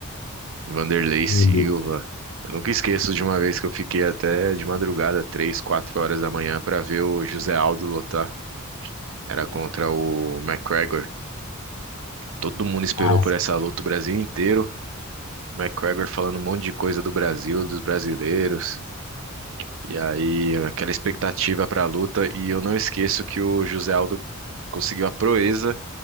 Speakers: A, on the right; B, on the left.
A: Vanderlei
B: academia
A: Silva.
B: dele.
A: Eu nunca esqueço de uma vez que eu fiquei até de madrugada, três, quatro horas da manhã, pra ver o José Aldo lutar. Era contra o McGregor. Todo mundo esperou
B: Ah,
A: por essa luta, o Brasil inteiro. McGregor falando um monte de coisa do Brasil, dos brasileiros. E aí, aquela expectativa pra luta. E eu não esqueço que o José Aldo conseguiu a proeza